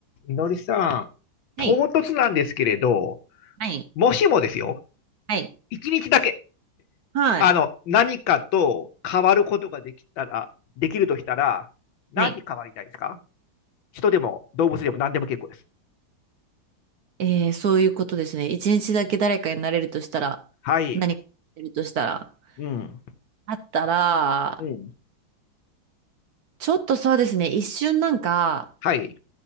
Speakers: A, on the left; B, on the right.
A: みのりさん、唐突なんですけれど、
B: はい。はい。
A: もしもですよ、
B: はい。
A: 一日だけ、
B: はい。
A: あの、何かと変わることができたら、できるとしたら、何に変わりたいですか
B: はい。
A: 人でも動物でも何でも結構です。
B: えー、そういうことですね。一日だけ誰かになれるとしたら、
A: はい。
B: 何かなれるとしたら、
A: うん。
B: あったら、
A: うん。
B: ちょっとそうですね、一瞬なんか、
A: はい。